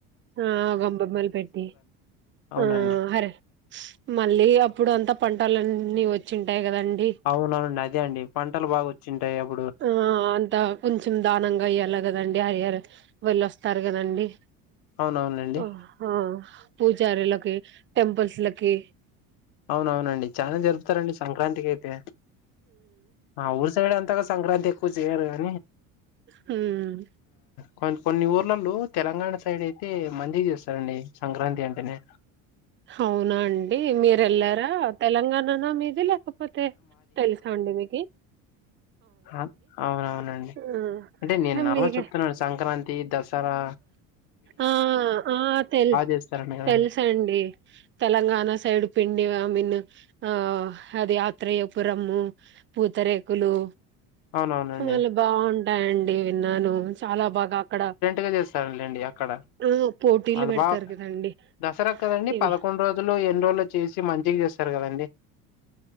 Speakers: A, on the right; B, on the left.
A: ఆ గొబ్బెమ్మలు పెట్టి
B: అవునండి
A: ఆ హరే మళ్ళీ అప్పుడు అంతా పంటలన్నీ వచ్చింటాయి కదండి
B: అవునా అండి అదే అండి పంటలు బాగా వచ్చింటాయి అప్
A: ఆ అంత కొంచెం దానంగా ఇయ్యాల గదండి హయర్ వాల్లోస్తారు గదండి,
B: అవునవునండి
A: ఆ హా పూజారులకి టెంపుల్స్ లకి
B: అవునవునండి చాలా జరుపుతరండి సంక్రాంతికయితే, ఆ ఊరు సైడ్ అంతగ సంక్రాంతెక్కువ జేయర్ గదన్
A: హ్మ్
B: కొ కొన్ని ఊర్లల్లో తెలంగాణ సైడ్ అయితే మంచిగ చేస్తారండి సంక్రాంతి అంటెనే
A: అవునా అండి మీరెళ్లారా తెలంగాన్ ననా మీది లేకపోతే తెలుసా అండి మీకు
B: అ అవునవునండి
A: ఆ
B: అంటే నేన్ నర్మల్
A: మీకే
B: చెప్తున్నా సంక్రాంతి దస్ తరా
A: ఆ ఆ తెల్
B: చేస్తారండి కదండి
A: తెలుసండి, తెలంగాణ సైడ్ పిండి ఇగ మిన్ ఆ అది అత్రయపురము పూతరేకులు
B: అవునవునండి
A: ళ్ళు బాగుంటాయండి విన్నాను చాలా బాగా అక్కడ
B: కే చేస్తారులేండి అక్కడ
A: ఆ పోటీలు
B: వాళ్ళు
A: పెడతారు
B: బా
A: కదండి
B: దసరా క్కదండి
A: ఇవి
B: పదకొండు రోజులో ఎన్ రోజులో చేసి మంచిగ చేస్తారు కదండి